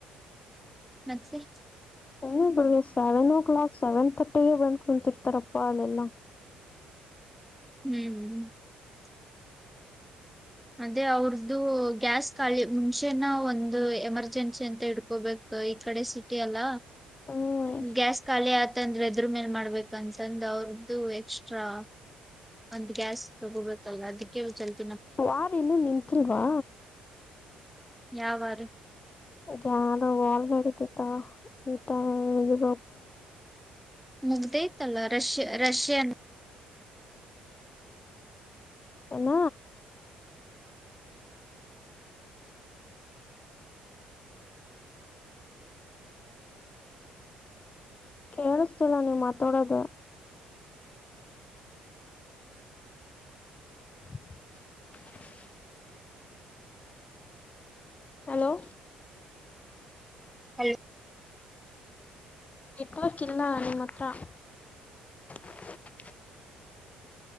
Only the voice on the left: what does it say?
ಇ ಬಿಳಗ್ಗೆ ಸೆವೆನ್ ಓ ಕ್ಲಾಕ್ ಸೆವೆನ್ ತರ್ಟಿಗೆ ಬಂದ್ ಕುಂತರ್ತಾರಪ್ಪಾ ಅಲ್ಲೆಲ್ಲ
ಹ್ಮ್
ವಾರ್ ಇನ್ನುೂ ನಿಂತಲ್ವಾ
ಯದೋ ಹೋಲ್ ನಡೀತಿತ್ತ ಈಟ ಇಬ
ಎ್ಣ ಕೇಳಸ್ತಿಲ್ಲ ನೀಮ ಮಾತೋಡದ <unintelligible> ಹಲೋ
ನೆಟ್ವರ್ಕ್ ಇಲ್ಲ ಅಲ್ಲಿ ಮಾತ್ರ <unintelligible>